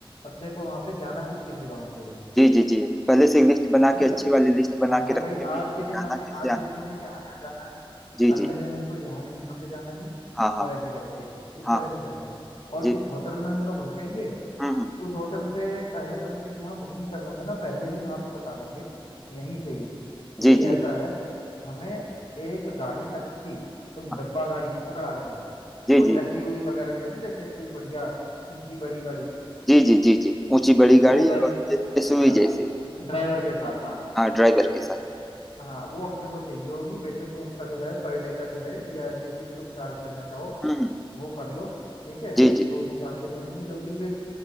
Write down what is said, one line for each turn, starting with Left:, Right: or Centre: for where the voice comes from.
Left: अपने को वहां पे जाना किस किस जगहों पे है
Centre: जी जी जी पहले से एक लिस्ट बना
Left: है ना
Centre: के अच्छी वाली लिस्ट बना
Left: हाँ कि
Centre: के
Left: भाई
Centre: रखेंगे
Left: आज
Centre: कि
Left: के
Centre: जाना
Left: दिन हमें
Centre: कैसे
Left: आज के
Centre: आना
Left: दिन हमें यहाँ यहाँ जाना है
Centre: जी
Left: अगले
Centre: जी
Left: दिन हमको यहाँ यहाँ यहाँ पे जाना है
Centre: हाँ हाँ
Left: और ऐसे करके इस
Centre: हाँ
Left: तरह
Centre: हाँ
Left: से जाएंगे और
Centre: जी
Left: जिस
Centre: जी
Left: होटल में हम लोग रुकेंगे
Centre: हम्म हम्म
Left: उस होटल से पहले तो जब यहाँ बुकिंग कर रहे होंगे ना पहले ही यहाँ पे बता देंगे यहीं से ही कि भाई
Centre: जी जी
Left: ऐसा है हमें एक गाड़ी अच्छी तुम
Centre: हाँ।
Left: डब्बा गाड़ी नहीं पकड़ा देना
Centre: जी
Left: कोई
Centre: जी
Left: एसयूवी वगैरह जो है ना जैसे कोई बढ़िया ऊंची बड़ी गाड़ी
Centre: जी जी जी जी ऊंची बड़ी
Left: वो
Centre: गाड़ी
Left: गाड़ी
Centre: और एसयूवी
Left: हाँ
Centre: जैसे
Left: ड्राइवर के साथ हाँ
Centre: हाँ ड्राइवर के साथ
Left: हाँ वो अपने को चाहिए होगी बेशक तुम उसका जो है पर डे का जो है या जैसे भी तुम चार्ज करना चाहो
Centre: हम्म हम्म,
Left: वो कर लो ठीक है
Centre: जी जी
Left: तो उस हिसाब से चलेंगे क्योंकि फिर